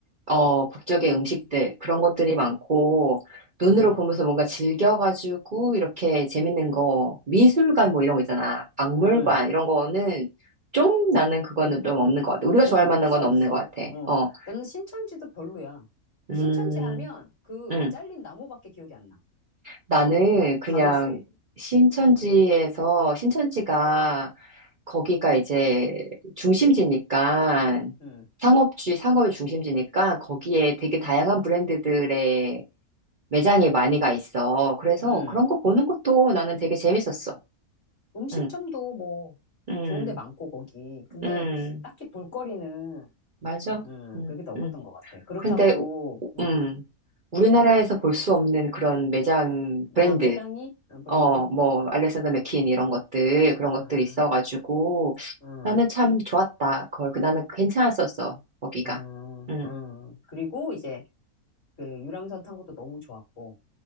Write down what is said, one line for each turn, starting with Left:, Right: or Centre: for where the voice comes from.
Right: 어, 국적의 음식들, 그런 것들이 많고, 눈으로
Left: 응,
Right: 보면서 뭔가 즐겨가지고, 이렇게 재밌는 거, 미술관 뭐 이런 거 있잖아. 박물관,
Left: 응.
Right: 이런 거는 좀 나는 그거는
Left: 없,
Right: 좀 없는 것 같아. 우리가 좋아할
Left: 응, 없어,
Right: 만한 건
Left: 없어.
Right: 없는 것 같아.
Left: 어,
Right: 어,
Left: 나는 신천지도 별로야.
Right: 음,
Left: 신천지 하면 그
Right: 음.
Left: 잘린 나무밖에 기억이 안 나.
Right: 나는 그냥
Left: 가로수에.
Right: 신천지에서, 신천지가 거기가 이제 중심지니까
Left: 응,
Right: 상업주, 상업의 중심지니까 거기에 되게 다양한 브랜드들의 매장이 많이 가 있어. 그래서
Left: 응.
Right: 그런 거 보는 것도 나는 되게 재밌었어.
Left: 음식점도
Right: 응,
Left: 뭐
Right: 응,
Left: 좋은 데 많고, 거기. 근데
Right: 응,
Left: 딱히 볼거리는,
Right: 맞아.
Left: 응,
Right: 응,
Left: 그게 더 없었던
Right: 응.
Left: 것 같아. 그렇다고,
Right: 근데, 우-
Left: 응.
Right: 음, 우리나라에서 볼 수 없는 그런 매장 브랜드,
Left: 아, 매당이? 어, 브랜드?
Right: 어, 뭐, 알렉산더 맥퀸 이런 것들, 그런
Left: 아,
Right: 것들이 있어가지고,
Left: 응,
Right: 나는 참 좋았다. 거, 나는 괜찮았었어, 거기가.
Left: 응,
Right: 응,
Left: 응. 그리고 이제, 그 유람선 탄 것도 너무 좋았고,